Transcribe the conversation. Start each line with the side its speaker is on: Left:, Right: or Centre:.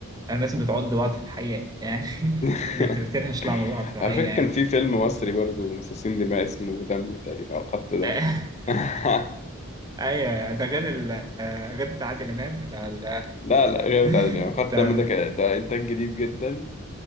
Right: الناس بتعض بعض في الحقيقه يعني
Left: <laughs>
Right: <laughs> بت- بتنهش لعب بعض في الحقيقه
Left: على فكره كان
Right: يعني
Left: في فيلم مصري برضه مصاصين دماء اسمه دم تقريبا او خط دم
Right: <laughs>
Left: <laughs>
Right: ايوه ده غير ال غير بتاع عادل امام بتاع ال
Left: لا لا غير بتاع
Right: <laughs>
Left: يعني خط
Right: بتاع
Left: دم ده كده ده انتاج جديد جدا